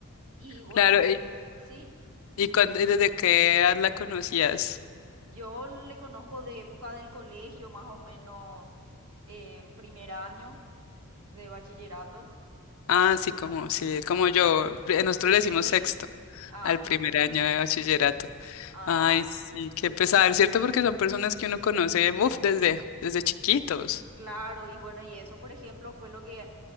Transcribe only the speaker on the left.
Claro,
y,
y cuándo- y desde qué edad la conocías?
Ah, sí, como, sí, como yo. pri- Nosotros le decimos
sexto
al primer año de bachillerato.
Ay, sí, qué pesar, ¿cierto? Porque son personas que uno conoce, uf, desde, desde chiquitos.